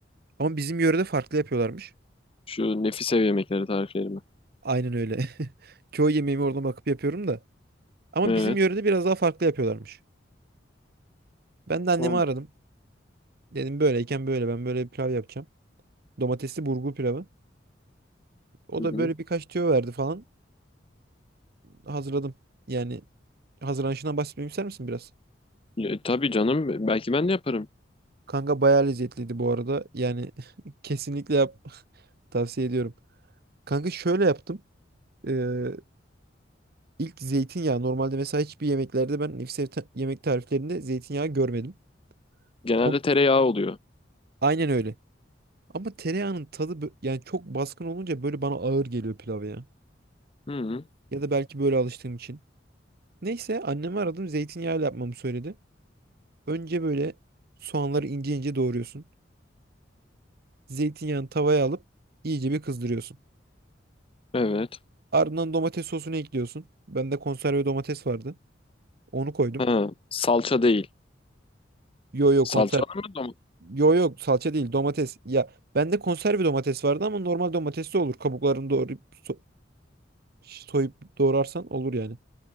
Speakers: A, on the right (about 55°); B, on the left (about 30°).
A: ama bizim yörede farklı yapıyorlarmış.
B: Şu nefis ev yemekleri tariflerimi.
A: Aynen öyle. <laughs> Çoğu yemeğimi oradan bakıp yapıyorum da. Ama
B: Evet.
A: bizim yörede biraz daha farklı yapıyorlarmış. Ben de annemi
B: Tamam.
A: aradım. Dedim böyleyken böyle ben böyle bir pilav yapacağım. Domatesli burgu pilavı. O
B: Hı
A: da
B: hı.
A: böyle birkaç tüyo verdi falan. Hazırladım. Yani hazırlanışından bahsetmemi ister misin biraz?
B: E, tabii canım. Belki ben de yaparım.
A: Kanka bayağı lezzetliydi bu arada. Yani <laughs> kesinlikle yap <laughs> tavsiye ediyorum. Kanka şöyle yaptım. Ee, ilk zeytinyağı normalde mesela hiçbir yemeklerde ben nefis yemek tariflerinde zeytinyağı görmedim.
B: Genelde
A: Ama
B: tereyağı oluyor.
A: aynen öyle. Ama tereyağının tadı bö- yani çok baskın olunca böyle bana ağır geliyor pilav ya.
B: Hı hı.
A: Ya da belki böyle alıştığım için. Neyse annemi aradım zeytinyağıyla yapmamı söyledi. Önce böyle soğanları ince ince doğruyorsun. Zeytinyağını tavaya alıp iyice bir kızdırıyorsun.
B: Evet.
A: Ardından domates sosunu ekliyorsun. Bende konserve domates vardı. Onu koydum.
B: Ha, salça değil.
A: Yo yo
B: Salçalı
A: konser.
B: mı domates?
A: Yo yo salça değil domates. Ya bende konserve domates vardı ama normal domates de olur. Kabuklarını doğrayıp so- soyup doğrarsan olur yani.